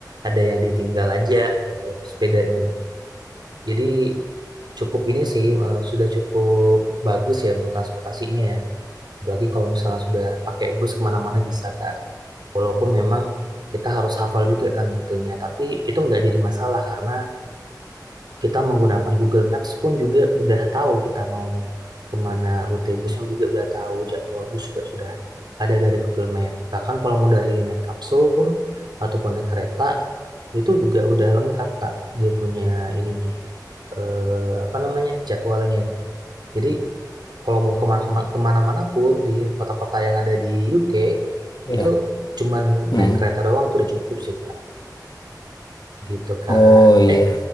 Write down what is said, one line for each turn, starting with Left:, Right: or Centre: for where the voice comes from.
Right: ada yang ditinggal aja gitu sepedanya jadi cukup ini sih eh, sudah cukup bagus ya untuk transportasinya ya apalagi kalau misalnya sudah pakai bus kemana-mana bisa Kak walaupun memang kita harus hafal juga kan rutenya tapi itu nggak jadi masalah karena kita menggunakan Google Maps pun juga udah tahu kita mau kemana rute busnya juga udah tahu jadwal bus juga sudah ada dari Google Map bahkan kalau mau dari naik kapsul pun ataupun naik kereta itu juga udah lengkap Kak dia punya ininya ya eh, apa namanya jadwalnya jadi kalau mau kemana kemana-mana pun di kota-kota yang ada di UK
Left: Iya.
Right: itu cuman
Left: Mhm.
Right: naik kereta doang tuh udah cukup sih Kak Gitu, Kak.
Left: Oh, iya.
Right: Eh,